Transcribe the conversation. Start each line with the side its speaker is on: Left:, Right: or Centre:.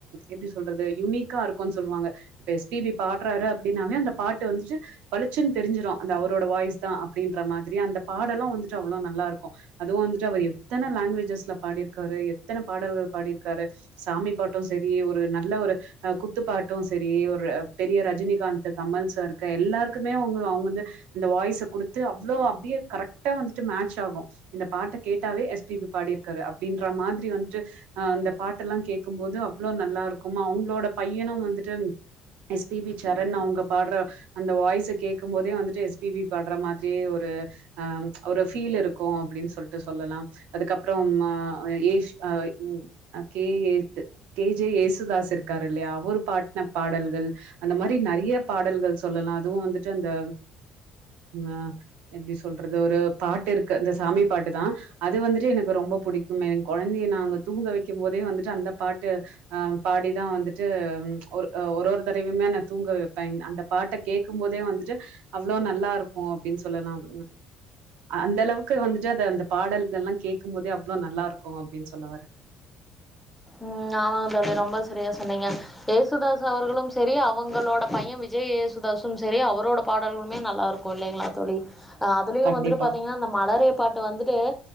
Right: எப்டி சொல்றது யுனிக்கா இருக்குன் சொல்வாங்க இப்ப எஸ் பி பி பாடுறாரு அப்டின்னாவே அந்த பாட்டு வந்துட்டு பளிச்சுன் தெரிஞ்சுரு அந்த அவரோட வாய்ஸ்தா அப்டின்ற மாதிரி அந்த பாடலு வந்துட்டு அவ்ளோ நல்லாருக்கு அதுவு வந்துட்டு அவர் எத்தன லாங்வேஜஸ்ல பாடிருக்காரு எத்தன பாடல்கள் பாடிருக்காரு சாமி பாட்டு செரி ஒரு நல்ல ஒரு அ குத்துப்பாட்டு செரி ஒரு பெரிய ரஜினிகாந்த் கமல் சார்க்கு எல்லாருக்குமே அவங்க அவங்க வந்து இந்த வாய்ஸ குடுத்து அவ்ளோ அப்டியே கரெக்டா வந்துட்டு மேட்ச் ஆகு இந்த பாட்ட கேட்டாவே எஸ் பி பி பாடிருக்காரு அப்டின்ற மாதிரி வந்துட்டு அ அந்த பாட்ட எல்லா கேக்கும்போது அவ்ளோ நல்லா இருக்கும் அவுங்களோட பையனும் வந்துட்டு எஸ் பி பி சரண் அவுங்க பாடுற அந்த வாய்ஸ கேக்கும்போதே வந்துட்டு எஸ் பி பி பாடுற மாதிரியே ஒரு அ ஒரு ஃபீல் இருக்கு அப்டின்னு சொல்லிட்டு சொல்லலாம் அதுக்கப்றோ ம அ ஏஜ் அ கே ஏக் கே ஜே ஏஸ் தாஸ் இருக்காரு இல்லயா அவர் பாட்டின பாடல்கள் அந்த மாரி நெறையா பாடல்கள் சொல்லலா அதுவு வந்து ட்டு அந்த அ எப்டி சொல்றது ஒரு பாட்டு இருக்கு இந்த சாமி பாட்டு தா அது வந்துட்டு எனக்கு ரொம்ப புடிக்குமே கொழந்தைய நாங்க தூங்க வைக்கும் போதே வந்துட்டு அந்த பாட்டு அ பாடிதா வந்துட்டு ஒரு ஒரு ஒரு தடவையுமே நா தூங்க வைப்பே அந்த பாட்ட கேக்கும்போதே வந்துட்டு அவ்ளோ நல்லா இருக்கு அப்டின்னு சொல்லலாம் அந்த அளவுக்கு வந்துட்டு அது அந்த பாடல்கள் எல்லா கேக்கும் போதே அவ்ளோ நல்லா இருக்கு அப்டின்னு சொல்லவரே
Centre: ம் ஆமாங்க தோழி ரொம்ப செரியா சொன்னீங்க இயேசுதாஸ் அவர்களும் செரி அவங்களோட பையே விஜய் ஏயேசுதாசும் செரி அவரோட பாடல்களுமே நல்லா இருக் கு இல்லைங்களா தோழி அதுலயு
Right: கண்டிப்பா
Centre: வந்துட்டு பாத்தீங்கனா அந்த மலரே பாட் ட்டு வந்துட்டு